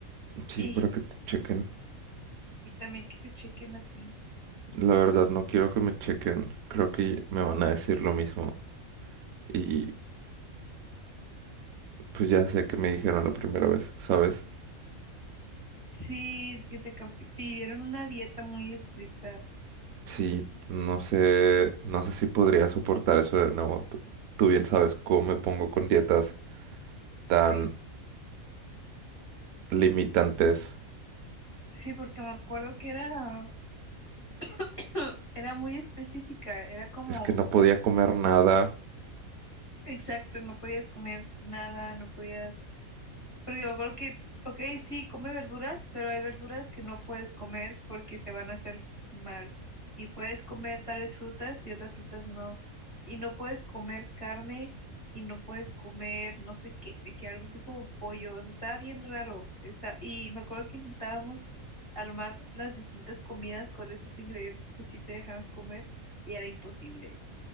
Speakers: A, on the right; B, on the left.
A: Sí,
B: Y,
A: para que te chequen.
B: y también que te chequen a ti.
A: La verdad, no quiero que me chequen. Creo que me van a decir lo mismo. Y pues ya sé que me dijeron la primera vez, ¿sabes?
B: Sí, que te, cam- te dieron una dieta muy estricta.
A: Sí, no sé, no sé si podría soportar eso de nuevo. Tú, tú bien sabes cómo me pongo con dietas tan
B: Sí,
A: limitantes.
B: sí, porque me acuerdo que era, <laughs> era muy específica, era como,
A: Es que no podía comer nada.
B: exacto, no podías comer nada, no podías Porque me acuerdo que, ok, sí, come verduras, pero hay verduras que no puedes comer porque te van a hacer mal. Y puedes comer tales frutas y otras frutas no. Y no puedes comer carne y no puedes comer no sé qué, de que algo así como pollo. O sea, estaba bien raro. Está... Y me acuerdo que intentábamos armar las distintas comidas con esos ingredientes que sí te dejaban comer y era imposible.